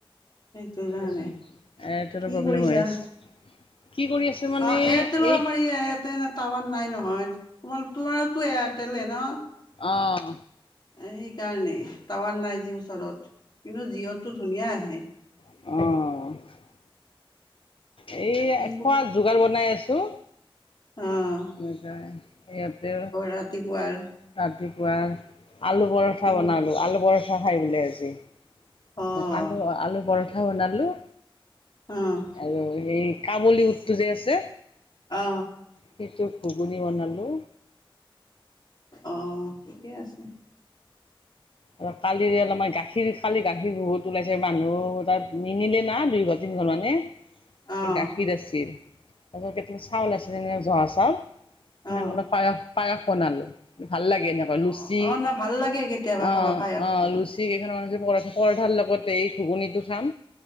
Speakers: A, on the left; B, on the left.
A: সেইটো কাৰণে
B: এইটোতো
A: কি
B: প্ৰব্লেম
A: কৰিছা?
B: হৈ আছে। কি কৰি আছে? মানে
A: অ এয়াৰটেলৰ
B: এই
A: আমাৰ ই টাৱাৰ নাই নহয়। তোমাৰ তোমাৰতো এয়াৰটেলে ন?
B: অঁহ।
A: এ সেইকাৰণে টাৱাৰ নাই যি ওচৰত, কিন্তু জিঅ'টো ধুনীয়া আহে।
B: অঁ। এই
A: কি
B: খোৱাৰ যোগাৰ বনাই আছোঁ।
A: অঁ।
B: এনেকাই সিহঁতে
A: ৰাতিপুৱাৰ
B: ৰাতিপুৱা আলু বয়েল- কৰি পিঠা
A: কি
B: বনালো, আলু পৰঠা খাই বোলে আজি।
A: অ',
B: পিঠা বনালো
A: অ',
B: আৰু সেই কাবলী বুটটো যে আছে-
A: অঁ।
B: সেইটো ঘুগুনি বনালো।
A: অ ঠিকে আছে।
B: আৰু কালিৰে অলপমান গাখীৰ কালি গাখীৰ বহুত ওলাইছে, মানুহ তাত নিনিলে না দুই ঘৰত- দিলো মানে।
A: অঁ
B: এই গাখীৰ আছিল তাৰপিছত কেইটামান চাউল আছিল ন জহা চাউল-
A: অঁ
B: পায়স, পায়স বনালো ভাল লাগে ন। লুচি,
A: অঁ অঁ ন ভাল লাগে কেতিয়াবা
B: অ
A: খাব পায়সটো
B: অ লুচি- কেইখনৰ লগতে পৰঠাৰ লগতে এই ঘুগুননিটো খাম।